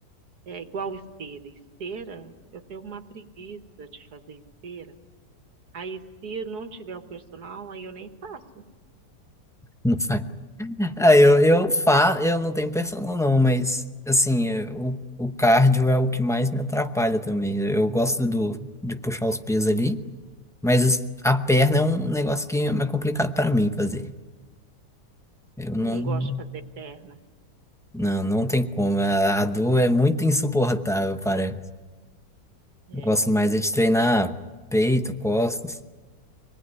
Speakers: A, on the right; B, in the centre.
A: É igual esteira. Esteira, eu tenho uma preguiça de fazer esteira. Aí se eu não tiver o personal, aí eu nem faço.
B: Não faz. Ah, eu, eu, fa... eu não tenho personal, não, mas assim, eu- o, o cardio é o que mais me atrapalha também. Eu gosto do, de puxar os pesos ali, mas os- a perna é um negócio que é mais complicado pra mim fazer. Eu não.
A: Eu não gosto de fazer perna.
B: Não, não tem como. A, a dor é muito insuportável, parece.
A: É.
B: Eu gosto mais é de treinar peito, costas,